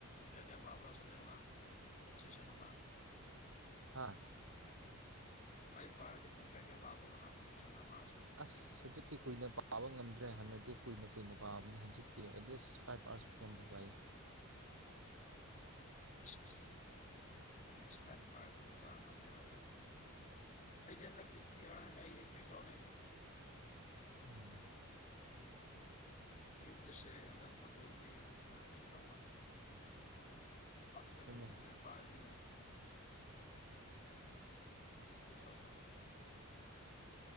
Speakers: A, on the left (about 30°); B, on the right (about 65°).
A: ꯀꯌꯥ ꯀꯌꯥ ꯄꯥꯄꯔ ꯁꯗ ꯋꯥ ꯁꯤꯁꯅꯃ
B: ꯍꯥꯥ
A: ꯂꯥꯏ ꯄꯥꯔ ꯂꯤ ꯀꯌꯥ ꯀꯌꯥ ꯄꯕꯥꯔꯣꯒꯅ ꯁꯨꯁꯟ ꯃꯥ
B: ꯑꯁ ꯍꯧꯖꯤꯛꯇꯤ ꯀꯨꯏꯅ ꯄꯥꯕ ꯉꯝꯗ꯭ꯔꯦ ꯍꯥꯟꯅꯗꯤ ꯀꯨꯏꯅ ꯀꯨꯏꯅ ꯄꯥꯕꯅꯤ ꯍꯧꯖꯤꯛꯇꯤ ꯑꯦꯠꯂꯤꯁ ꯐꯥꯏꯚ ꯑꯥꯔꯁ ꯐꯝꯕ ꯄꯥꯏꯌꯦ
A: <inaudible> ꯑꯦꯛꯂꯤꯁ ꯐꯥꯏꯔ ꯀꯨꯏ ꯅꯨꯄꯥ ꯉꯝꯗꯦꯕ ꯑꯗꯣ ꯑꯩꯗꯤ ꯍꯟꯗꯛꯇꯤ ꯊ꯭ꯔꯤ ꯑꯋꯥꯔ ꯍꯥꯏꯅꯤ ꯑꯩ ꯑꯦꯟꯇ꯭ꯔꯤꯁ ꯑꯔꯅꯦꯩꯁꯨ
B: ꯎꯝ
A: ꯑꯌꯨꯛꯇꯁ ꯑꯗ ꯐꯨꯠꯣꯜꯅꯤ ꯑꯌꯛꯇ ꯇ ꯑꯐꯇꯔꯅꯟ
B: ꯍꯣꯏꯅꯦ
A: ꯂꯩꯔ ꯄꯥꯕꯅꯤ ꯇꯧꯕ <inaudible>